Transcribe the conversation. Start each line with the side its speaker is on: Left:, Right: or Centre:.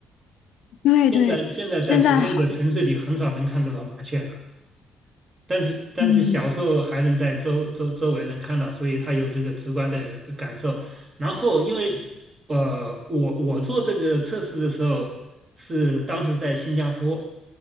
Left: 对对，
Right: 现在现在在国内的城市里很少能看得到麻雀了。
Left: 现在好，
Right: 但是但是小时候还能在周周周围能看到，
Left: 嗯，
Right: 所以他有这个直观的感受。然后因为呃，我我做这个测试的时候是当时在新加坡，